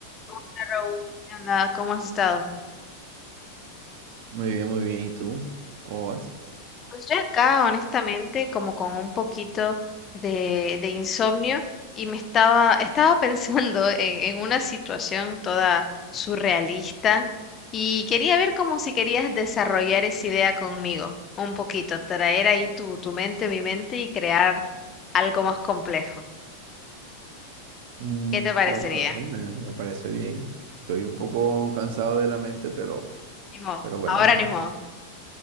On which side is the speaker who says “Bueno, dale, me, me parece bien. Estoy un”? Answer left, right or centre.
Right